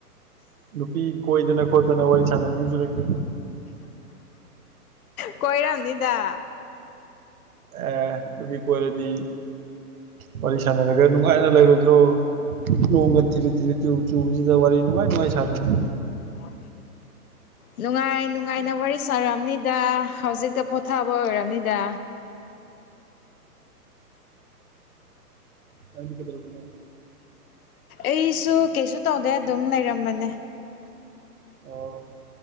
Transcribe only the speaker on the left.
ꯀꯣꯏꯔꯝꯅꯤꯗ
ꯑꯣ <inaudible> ꯅꯨꯡꯉꯥꯏ ꯅꯨꯡꯉꯥꯏꯅ ꯋꯥꯔꯤ ꯁꯥꯔꯝꯅꯤꯗ ꯍꯧꯖꯤꯛꯇ ꯄꯣꯊꯥꯕ ꯑꯣꯏꯔꯕꯝꯅꯤꯗ
ꯑꯩꯁꯨ ꯀꯩꯁꯨ ꯇꯧꯗꯦ ꯑꯗꯨꯝ ꯂꯩꯔꯝꯕꯅꯦ